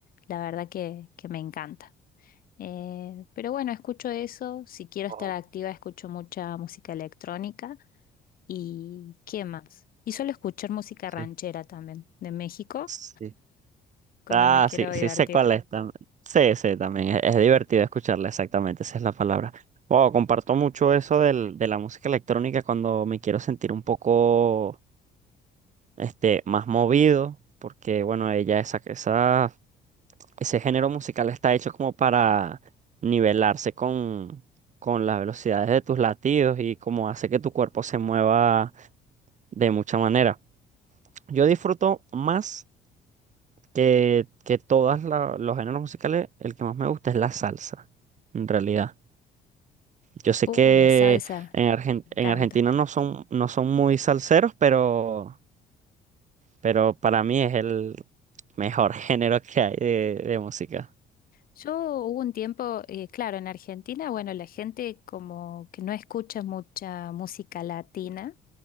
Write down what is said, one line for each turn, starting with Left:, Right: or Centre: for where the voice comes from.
Left: la verdad que, que me encanta. Eh, pero bueno, escucho eso. Si quiero estar
Right: Oh,
Left: activa, escucho mucha música electrónica. ¿Y qué más? Y suelo escuchar música
Right: Sí.
Left: ranchera también, de México,
Right: Sí,
Left: cuando
Right: Ah,
Left: me quiero
Right: sí,
Left: divertir.
Right: sí sé cuál es tam- Sí, sí, también es, es divertido escucharla, exactamente, esa es la palabra. Wow, comparto mucho eso del, de la música electrónica cuando me quiero sentir un poco este, más movido, porque bueno, ella, esa, esa, ese género musical está hecho como para nivelarse con, con las velocidades de tus latidos y como hace que tu cuerpo se mueva de mucha manera. Yo disfruto más. que, que todas la- los géneros musicales, el que más me gusta es la salsa, en realidad. Yo sé
Left: Uh,
Right: que
Left: la salsa,
Right: en Argen-
Left: me
Right: en
Left: encanta.
Right: Argentina no son, no son muy salseros, pero, pero para mí es el mejor <laughs> género que hay de, de música.
Left: Yo hubo un tiempo, eh, claro, en Argentina, bueno, la gente como que no escucha mucha música latina.